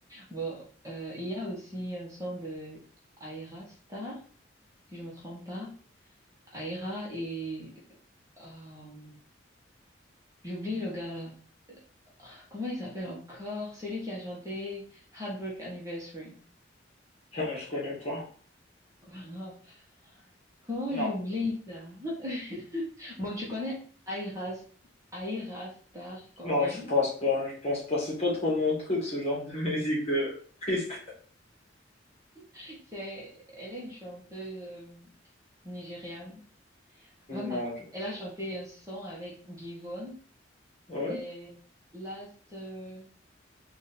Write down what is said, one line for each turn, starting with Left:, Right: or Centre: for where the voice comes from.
Right: Bon, euh, il y a aussi un son de Aira Star, si je me trompe pas. Aira et euh, j'oublie le gars là. Euh, Comment il s'appelle encore? Celui qui a chanté Heartbreak Anniversary. <laughs>
Left: Non, je connais pas.
Right: Voilà. Comment
Left: Non,
Right: j'oublie ça? <laughs> Bon, tu connais Aira, Aira Star quand
Left: non,
Right: même.
Left: je pense pas. Je pense pas. C'est pas trop mon truc, ce genre de <laughs> musique de triste.
Right: C'est, elle est une chanteuse euh, nigériane. Voilà,
Left: Non, je-
Right: elle a chanté un son avec Givon.
Left: ouais,
Right: C'est Last, euh,